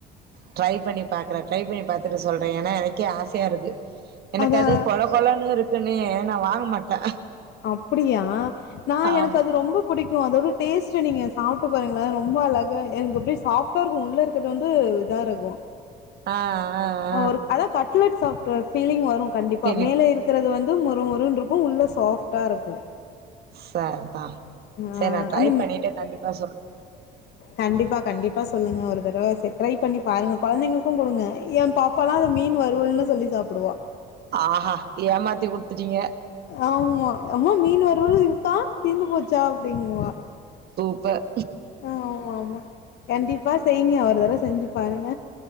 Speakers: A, on the right; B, on the left.
A: டிரை பண்ணி பாக்குற ட்ரை பண்ணி பாத்துட்டு சொல்லுற எனா எனக் கே ஆசையா இருக்கு எனக்கு
B: அதா
A: அது கொல கொழன்னு இருக்குன்னே நா வாங்க மாட்டே
B: அப்படியா நா
A: ஆமா
B: எனக்கு அது ரொம்ப பிடிக்கும் அதோட டேஸ்ட் நீங்க சாப்பிட்டு பாருங்கள ரொம்ப அழக எனக்கு அப்படிய சாப்டா இருக்கும் உள்ள இருக்கற வந்து இதா இருக்கு
A: ஆ ஆ
B: ஒரு அதா கட்லெட் சாஃப்ட் ஃபீலிங் வரும் கண்டிப்பா
A: தெரியு
B: மேல இருக்கிறது வந்து மமொறு மொருணு இருக்கும் உள்ள சாஃப்ட் டா இருக்கும்
A: சரிதா சரி
B: ஆ
A: நா ட்ரை
B: அந்த
A: பண்ணிட்டு கண்டிப்பா சொல்றே
B: கண்டிப்பா கண்டிப்பா சொல்லுங்க ஒரு தடவ செ ட்ரை பண்ணி பாருங்க கொழந்தைங்களுக்கு குடுங்க எம் பாப்பாலா அத மீன் வருவல்ன்னு சொல்லி சாப்புடுவா
A: ஆஹா ஏமாத்தி குடுத்துட்டீங்க
B: ஆமா அம்மா மீன் வறுவல் இருக்கா தீந்து போச்சா அப்டின்வா
A: ப
B: அவ் ஆமா கண்டிப்பா செய்ங்க ஒரு தடவ செஞ்சு பாருங்க